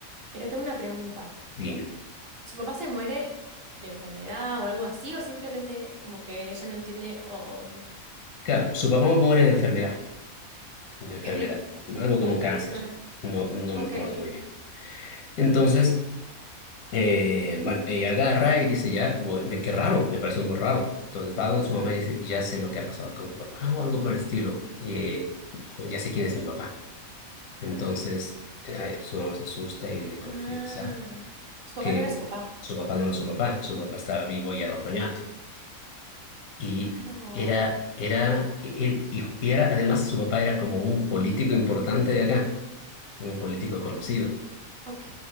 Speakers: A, on the right; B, on the left.
A: Pero tengo una pregunta.
B: dime.
A: ¿Su papá se muere de enfermedad o algo así? ¿O simplemente como que ella no entiende? O, o, mm,
B: Claro, su papá muere de enfermedad, de
A: ok,
B: enfermedad, algo como cáncer,
A: ah,
B: no, no
A: ok.
B: me acuerdo muy bien. Entonces Eh, bueno, ella agarra y dice, ya, voy- me, qué raro, le pareció muy raro. Entonces va donde su mamá y dice, ya sé lo que ha pasado con mi papá o algo por el estilo. Eh, "Bueno, ya sé quién es mi papá. Entonces eh, su mamá se asusta y le confiesa
A: Ah, su papá
B: que
A: no era su papá.
B: su papá no era su papá, su papá estaba vivo y era otro ñato. Y
A: Claro.
B: era, era, él, y y era, además su papá era como un político importante de acá, un político conocido.
A: Ok.